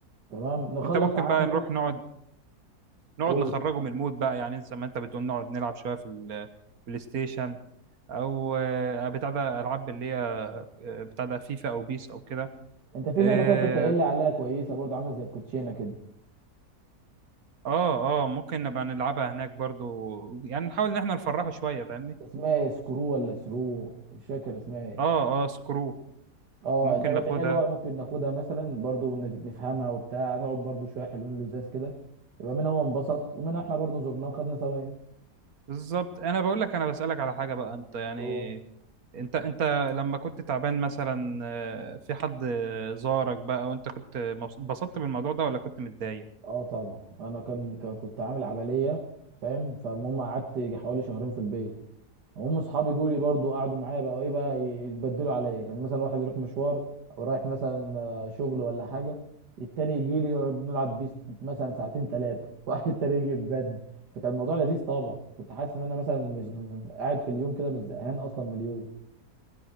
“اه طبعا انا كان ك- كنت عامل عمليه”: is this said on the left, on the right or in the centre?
Right